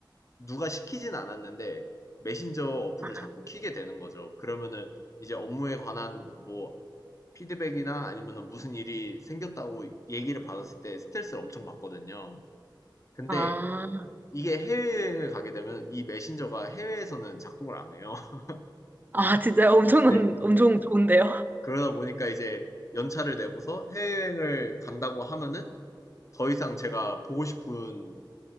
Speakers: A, on the left (about 40°); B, on the right (about 25°).
A: 누가 시키진 않았는데 메신저 어플을
B: 아,
A: 자꾸 켜게 되는 거죠. 그러면은 이제 업무에 관한 뭐 피드백이나 아니면은 무슨 일이 생겼다고 얘기를 받았을 때 스트레스를 엄청 받거든요. 근데
B: 아,
A: 이게 해외여행을 가게 되면 이 메신저가 해외에서는 작동을 안 해요. <laughs>
B: 아, 진짜 엄청난,
A: 네.
B: 엄청 좋은데요?
A: 그러다 보니까 이제 연차를 내고서 해외여행을 간다고 하면은 더 이상 제가 보고 싶은